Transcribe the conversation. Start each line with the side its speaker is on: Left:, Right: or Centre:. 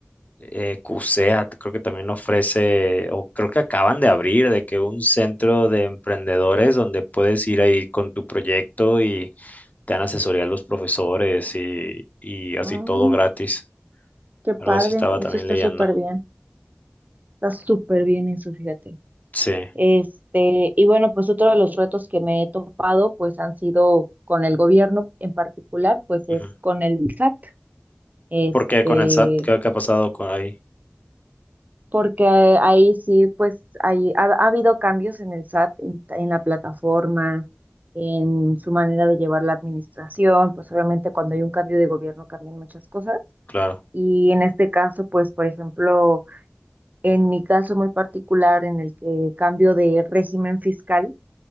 Left: eh, CUSEA creo que también ofrece, o creo que acaban de abrir, de que un centro de emprendedores donde puedes ir ahí con tu proyecto y te dan asesoría los profesores y, y así
Right: Ah,
Left: todo gratis.
Right: qué padre,
Left: Algo así estaba
Right: eso
Left: también
Right: está
Left: leyendo.
Right: súper bien, está súper bien eso, fíjate.
Left: Sí.
Right: Este, y bueno, pues otro de los retos que me he topado, pues han sido con el gobierno en particular, pues
Left: ujú.
Right: es con el SAT. Este,
Left: Porque con el SAT, ¿qué, qué ha pasado con ahí?
Right: porque eh, ahí sí, pues ahí ha, ha habido cambios en el SAT, en, en la plataforma, en su manera de llevar la administración, pues obviamente cuando hay un cambio de gobierno cambian muchas cosas.
Left: Claro.
Right: Y en este caso, pues por ejemplo, en mi caso muy particular, en el que cambio de régimen fiscal